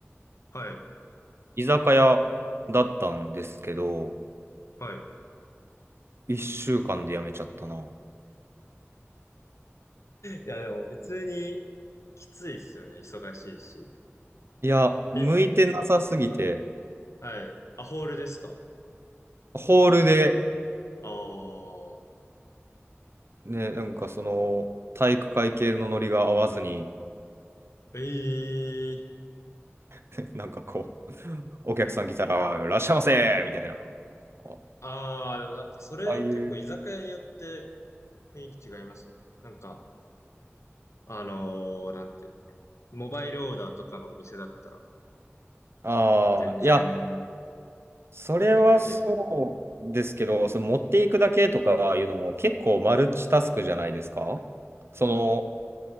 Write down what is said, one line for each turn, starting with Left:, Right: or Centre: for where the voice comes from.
Left: た。はい。
Right: 居酒屋だったんですけど、
Left: はい。<laughs>
Right: 一週間で辞めちゃったな。
Left: いや、でも普通にきついっすよね。忙しいし。
Right: いや、
Left: え、
Right: 向いてなさすぎて、
Left: はい。あ、ホールですか
Right: ホールで、
Left: ああ
Right: ね、なんかその、体育会系のノリが合わずに、
Left: ええー
Right: <laughs> なんかこう、お客さん来たら、いらっしゃいませみたいな。あ
Left: ああ、でもなんかそれ結構居酒屋によって
Right: ああいう、
Left: 雰囲気違いますよね。なんか、あのー、なんていうの。モバイルオーダーとかのお店だったら
Right: ああ、
Left: 全然
Right: いや、それはそうですけど、
Left: 持ってくだけみたいな。
Right: その持っていくだけとかいうのも結構マルチタスクじゃないですかその、